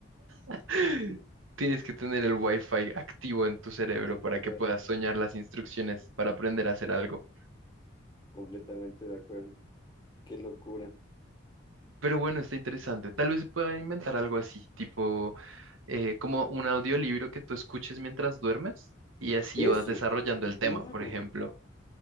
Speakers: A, on the right; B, on the left.
A: <laughs>
B: <laughs>
A: Tienes que tener el wifi activo en tu cerebro
B: Literal,
A: para que puedas soñar las instrucciones para aprender a hacer algo.
B: completamente de acuerdo. Qué locura.
A: Pero bueno, está interesante. Tal vez se pueda inventar algo así, tipo eh, como un audiolibro que tú escuches mientras duermes y así
B: Eso.
A: vas desarrollando
B: Sí,
A: el
B: claro.
A: tema, por ejemplo.